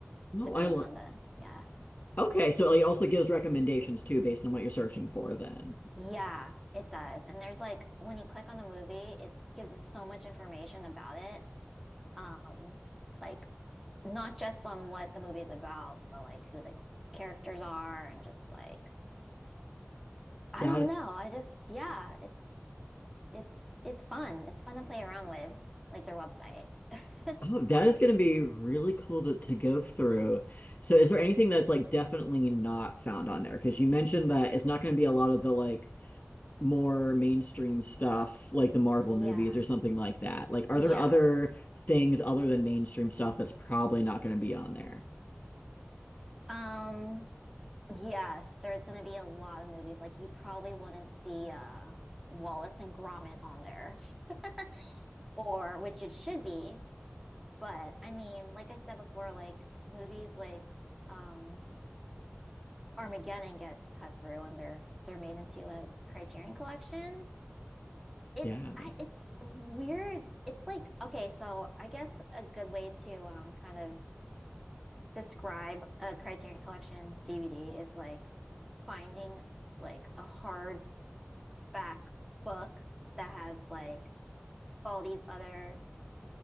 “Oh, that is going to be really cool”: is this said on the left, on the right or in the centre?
Left